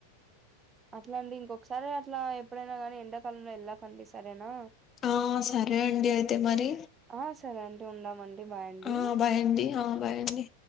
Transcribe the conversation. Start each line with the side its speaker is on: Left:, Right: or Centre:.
Right: అట్లా అండి ఇంకొకసారి అట్లా ఎప్పుడైనా గానీ ఎండాకాలంలో వెళ్ళకండి సరేనా
Left: ఆ సరే అండి అయితే మరి
Right: ఆ సరే అండి ఉందామండి బాయ్ అండి
Left: ఆ బాయండి ఆ బాయండి